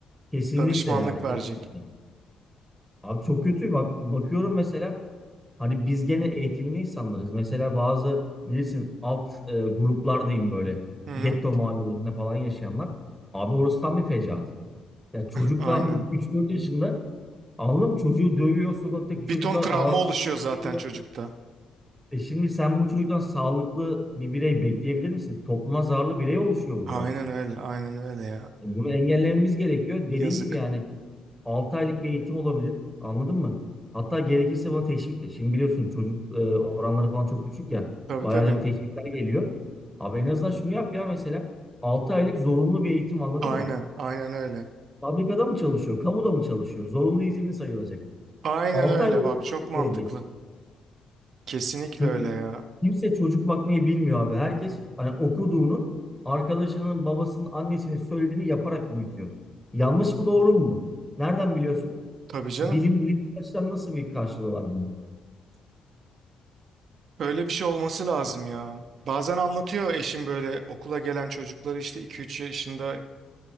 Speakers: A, in the centre; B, on the right.
A: Kesinlikle
B: Danışmanlık
A: ya kesinlikle.
B: verecek.
A: Abi çok kötü bak bakıyorum mesela hani biz gene eğitimli insanlarız. Mesela bazı bilirsin alt e, gruplar diyeyim böyle
B: Hı hı.
A: getto mahallelerinde falan yaşayanlar. Abi orası tam bir fecaat. Ya çocuk
B: Aynen.
A: daha <laughs> üç dört yaşında anladın mı? Çocuğu dövüyor sokaktaki
B: Bir
A: çocuklar
B: ton travma
A: ağzına
B: oluşuyor zaten
A: geliyor.
B: çocukta.
A: E şimdi sen bu çocuktan sağlıklı bir birey bekleyebilir misin? Topluma zararlı birey oluşuyor burada.
B: Aynen öyle, aynen öyle ya.
A: E bunu engellememiz gerekiyor. Dediğin
B: Yazık.
A: gibi yani 6 aylık bir eğitim olabilir. Anladın mı? Hatta gerekirse buna teşvikle. Şimdi biliyorsun çocuk e, oranları falan çok düşük ya.
B: Tabii
A: Bayağı
B: tabii.
A: da bu teşvikler geliyor. Abi en azından şunu yap ya mesela. 6 aylık zorunlu bir eğitim anladın
B: Aynen,
A: mı?
B: aynen öyle.
A: Fabrikada mı çalışıyor? Kamuda mı çalışıyor? Zorunlu izinli sayılacak.
B: Aynen
A: 6
B: öyle.
A: ay boyunca
B: Bak çok
A: eğitim
B: mantıklı.
A: görecek.
B: Kesinlikle
A: Çünkü
B: öyle ya.
A: kimse çocuk bakmayı bilmiyor abi. Herkes hani okuduğunu arkadaşının, babasının, annesinin söylediğini yaparak büyütüyor. Yanlış mı doğru mu bu? Nereden biliyorsun?
B: Tabii canım.
A: Bilim bilim açıdan nasıl bir karşılığı var bunun?
B: Öyle bir şey olması lazım ya. Bazen anlatıyor eşim böyle okula gelen çocukları işte iki üç yaşında